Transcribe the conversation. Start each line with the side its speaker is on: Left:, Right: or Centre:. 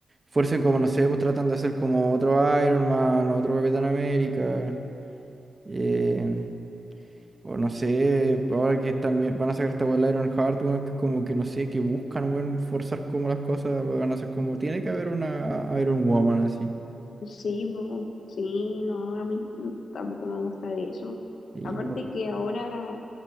Right: fuercen como, no sé, pues tratan de hacer como otro Iron Man, otro Capitán América, eh, o no sé, ahora que están, vi- van a sacar esta weá del Iron Heart, weón, que como que no sé, que buscan, weón, forzar como las cosas, van a ser como, tiene que haber una Iron Woman así,
Left: Sí, po, sí, no, a mí tampoco me gusta de eso.
Right: y
Left: Aparte
Right: pues,
Left: que ahora